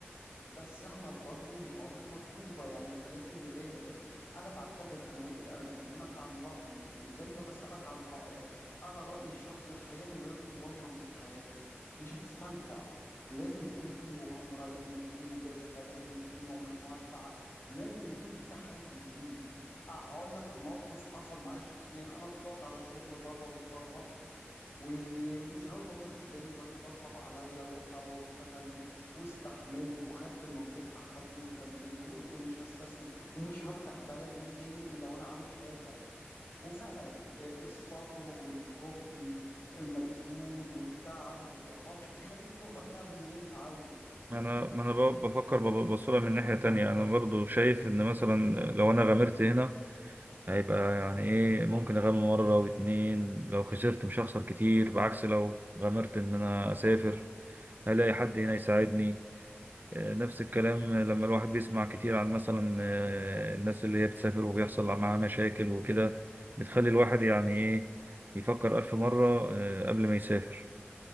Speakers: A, on the left; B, on the right.
A: بس يا احمد برضو المغامره مطلوبه يعني احنا لازم نغامر الح- انا بعتبر انا وجه انا بكلمك عن رايي وزي ما بسالك عن رايك انا رايي الشخصي الحياه من غير مغامره مش حياه مش هتستمتع لازم يكون في مغامره لازم يبقى في مجازفه لازم يبقى في نوع من انواع التعب لازم يكون في تحدي جديد اه هقول لك موقف حصل معايا شخصيا انا طلعت على شغل بره واتغربت ومش عاوز اقول لك زي ما اتنصب عليا ورحت على وظيفة تانية واستحملت وخدت الموضوع تحدي وكملت وقلت مش هستسلم ومش هرجع بلدي تاني الا وانا عامل حاجة وفعلا آه، الصبر والجهد ال- المبذول والتعب والارهاق يخليك تقدر تعمل اللي انت عاوزه
B: ما أنا ما أنا ب- بفكر ببصلها من ناحية تانية أنا برضو شايف إن مثلا لو أنا غامرت هنا هيبقى يعني ايه ممكن اغامر مرة واتنين لو خسرت مش هخسر كتير بعكس لو غامرت ان انا اسافر هلاقي حد هنا يساعدني آه، نفس الكلام لما الواحد بيسمع كتير عن مثلا آه، الناس اللي هي بتسافر وبيحصل معاها مشاكل وكده بتخلي الواحد يعني ايه يفكر ألف مرة آه، قبل ما يسافر